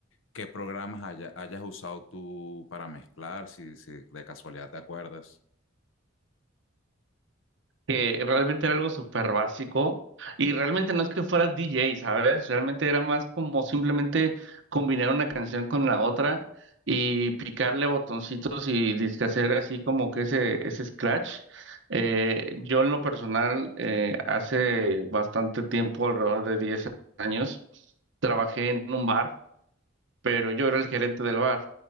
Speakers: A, on the left; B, on the right.
A: qué programas haya- hayas usado tú para mezclar, si, si de casualidad te acuerdas.
B: que realmente era algo súper básico y realmente no es que fuera DJ, ¿sabes? Realmente era más como simplemente combinar una canción con la otra y picarle a botoncitos y disque hacer así como que ese, ese scratch. Eh, yo en lo personal, eh, hace bastante tiempo, alrededor de 10 años, trabajé en un bar, pero yo era el gerente del bar.